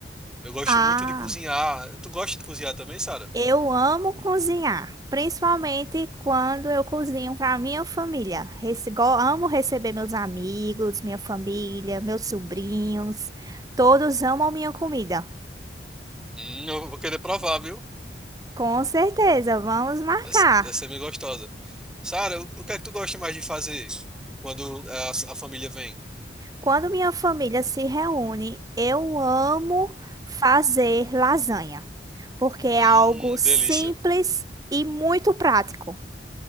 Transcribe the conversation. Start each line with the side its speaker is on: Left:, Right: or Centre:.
Centre: Eu gosto
Right: Ah,
Centre: muito de cozinhar. Tu gosta de cozinhar também, Sara?
Right: eu amo cozinhar, principalmente quando eu cozinho para minha família. Rece- go- amo receber meus amigos, minha família, meus sobrinhos. Todos amam minha comida.
Centre: Hum, eu vou querer provar, viu?
Right: Com certeza, vamos marcar.
Centre: Deve deve ser meio gostosa. Sara, o, o que é que tu gosta mais de fazer quando a, a família vem?
Right: Quando minha família se reúne, eu amo fazer lasanha, porque é
Centre: Hum,
Right: algo simples
Centre: delícia.
Right: e muito prático.